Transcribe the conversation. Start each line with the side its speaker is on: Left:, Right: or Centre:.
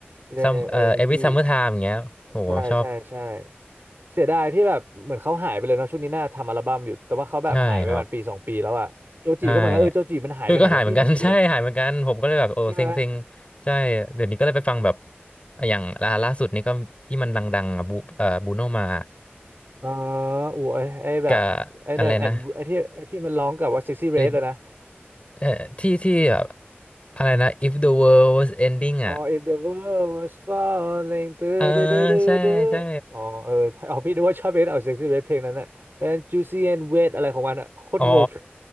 Right: เออเออนิกกี้
Left: ซัมเอ่อเอวิซัมเมอร์ไทม์อย่างเงี้ยโหชอบ
Right: ใช่ใช่ใช่เสียดายที่แบบเหมือนเขาหายไปเลยเนาะช่วงนี้น่าทำอัลบั้มอยู่แต่ว่าเขาแบบหายไปประมาณปีสองปีแล้วอะโจจีก็เหมือนกันเออโจจีมันหายไปไหนแล้วพี่ไม่เห็นเลย
Left: ใช่ครับใช่ด้ยก็หายเหมือนกัน <laughs> ใช่หายเหมือนกันผมก็เลยแบบโอ้เซ็งเซ็ง
Right: ใช่ไหม
Left: ใช่เดี๋ยวนี้ก็เลยไปฟังแบบอย่างล่าล่าสุดนี่ก็ที่มันดังๆอ่ะบูเอ่อบูโนมา
Right: อ๋ออูไอ้ไอ้แบบไอ้นั่ยแอนไอ้ที่ไอ้ที่มันร้องกับว่า
Left: กับอะไรนะ
Right: Sexy
Left: เรด
Right: Red อะนะ
Left: เอ่อที่ที่แบบอะไรนะ If the world was ending อ่ะ
Right: อ๋อ if the world was falling ตื้อดื้อดื้อดื้อดื้อ
Left: เออใช่ใช่
Right: อ๋อเออใช่อ๋อพี่ดูว่าชอบเบสเอาเซ็กซี่เบสเพลงนั้นน่ะแต่ juicy and wet อะไรของมันอ่ะโคตรงง
Left: อ๋อ